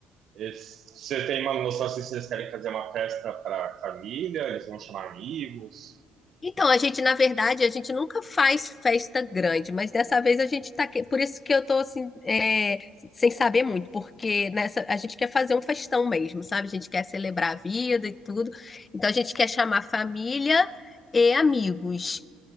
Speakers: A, on the right (about 60°); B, on the left (about 30°).
A: eles- você tem uma noção assim, se eles querem fazer uma festa para família, eles vão chamar amigos?
B: Então, a gente, na verdade, a gente nunca faz festa grande, mas dessa vez a gente tá. que- Por isso que eu tô assim, é, sem saber muito, porque nessa a gente quer fazer um festão mesmo, sabe? A gente quer celebrar a vida e tudo. Então a gente quer chamar família e amigos.